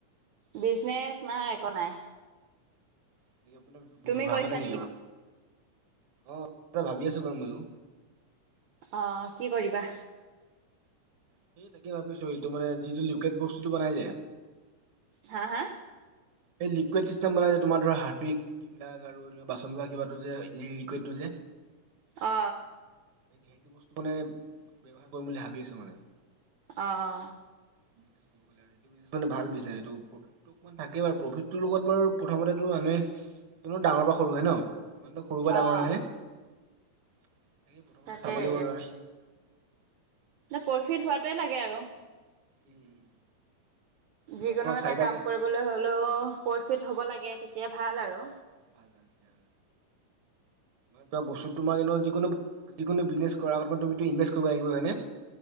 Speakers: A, on the right; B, on the right.
A: বিজনেছ নাই একো নাই?
B: <inaudible>
A: তুমি
B: ভাবা
A: কৰিছা
B: নাই নেকি বাৰু। অঁ ভাবি আছোঁ বাৰু ময়ো।
A: অ কি কৰিবা?
B: সেই তাকে ভাবিছোঁ, এইটো মে যিটো লোকেট বস্তু বনাই যে,
A: হা হা?
B: এই লিকুইড চিষ্টেম বনাই যে তোমাৰ ধৰা হাৰ্পিক, এইবিলাক আৰু <unintelligible> বাচন ধোৱা কিবাটো যে লি-লিকুইড টো যে।
A: অ অ।
B: এই সেইটো বস্তু মানে, ব্যৱহাৰ কৰিম বুলি ভাবি আছোঁ মানে।
A: অ অ।
B: <unintelligible> এইটো ভাল বিজনেছ এইটো প্ৰফিতটো অকমান থাকে বাৰু। প্ৰফিতটোৰ লগত বাৰু প্ৰথমতেটো এনে ডাঙৰ বা সৰুয়ে ন। ইমানটো সৰুৰ পৰাৰ
A: অ'
B: ডাঙৰ হয়নে? সেই প্ৰথমতে
A: তাকেই
B: চাব লাগিব এবাৰ।
A: এই প্ৰফিট হোৱাটোৱে লাগে আৰু।
B: উম উম। তাৰপৰা
A: যিকোনো
B: তোমাক
A: এটা
B: চাৰিটা
A: কাম কৰিবলৈ হ'লেও প্ৰফিট হ'ব লাগে। তেতিয়া ভাল আৰু।
B: ভাল ভাল দিয়া। কিবা বস্তু তোমাক এনেও যিকোনো, যিকোনো বিজনেছ কৰা আগত মানে তুমিটো ইনভেষ্ট কৰিব লাগিব। হয়নে?